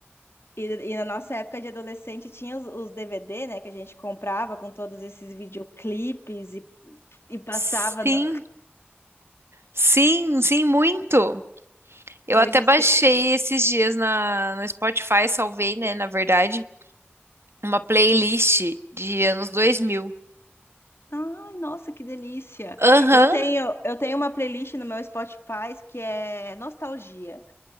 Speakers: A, on the left; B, on the right.
A: e, e na nossa época de adolescente tinha os, os DVD, né, que a gente comprava com todos esses videoclipes e, e passava
B: Sim,
A: no-
B: sim, sim, muito.
A: <laughs>
B: Eu
A: coisas
B: até baixei
A: que.
B: esses dias na, no Spotify, salvei, né, na verdade, uma playlist de anos 2000.
A: Ai, nossa, que delícia!
B: Aham.
A: Eu tenho, eu tenho uma playlist no meu Spotify que é nostalgia.